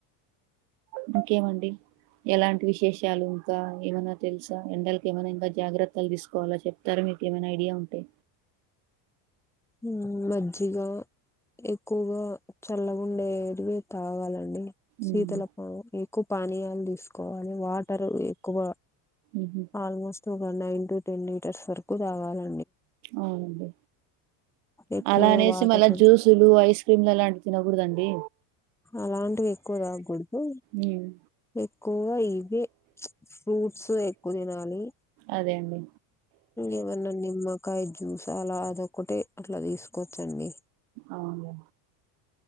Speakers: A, on the right; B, in the centre.
A: ఇంకేమండి. ఎలాంటి విశేషాలు ఇంకా ఏమైనా తెలుసా ఎండలకి ఏమైనా ఇంకా జాగ్రత్తలు తీసుకోవాలో చెప్తార. మీకేమైనా ఐడియా ఉంటే.
B: ఉమ్ మజ్జిగా. ఎక్కువగా చల్లగా ఉండేటివి తాగాలండి. శీతల
A: ఉమ్,
B: పా ఎక్కువ పానీయాలు తీసుకో. ఎక్కువ అని వాటర్ ఎక్కువ
A: ఉహు,
B: ఆల్మోస్ట్. తగా one nine to ten litres వరకు తాగాలి.
A: అవునండి.
B: ఎక్కువ
A: అలా అనేసి
B: వాటర్
A: మళ్ళా జ్యూసులు ఐస్ క్రీమ్లులాంటివి తినకూడదండి.
B: అలాంటివి ఎక్కువ తాగకూడదు.
A: ఉమ్,
B: ఎక్కువగా ఇవే ఫ్చ్ ఫ్రూట్స్ ఎక్కువ తినాలి.
A: అదే అండి.
B: ఏమన్నా నిమ్మకాయ జ్యూస్ అలా అదోకటే అట్లా తీసుకోవచ్చండి.
A: అవును.